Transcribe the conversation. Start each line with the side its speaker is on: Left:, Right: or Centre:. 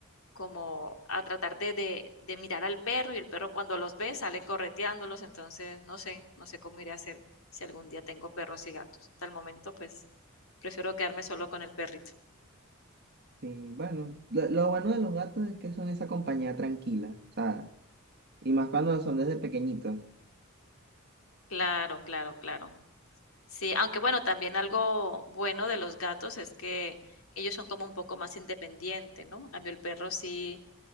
Left: como a tratar de, de, de mirar al perro y el perro cuando los ve sale correteándolos, entonces no sé, no sé cómo iré a hacer si algún día tengo perros y gatos. Hasta el momento pues prefiero quedarme solo con el perrito.
Right: Sí, bueno, lo, lo bueno de los gatos es que son esa compañía tranquila, o sea, y más cuando son desde pequeñitos.
Left: Claro, claro, claro. Sí, aunque bueno, también algo bueno de los gatos es que ellos son como un poco más independientes, ¿no? En cambio, el perro sí